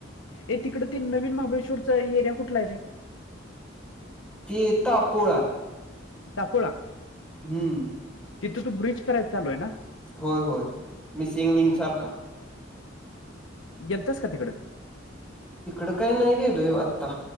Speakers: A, on the left; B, in the centre.
A: ऐ तिकडे ते नवीन महांबळेश्वररचां एरिया कुंठलां आहे रे?
B: ते टापवरं अपोळा.
A: टांपोळा.
B: हम्मं
A: तिथं तो ब्रिज करायचां चालूं आहे नां.
B: होयं होयं मिसिंग लिंक सारखं.
A: गेलतांस कां तिकडं?
B: तिकडं कायं नाहीं गेलोयं आत्तां.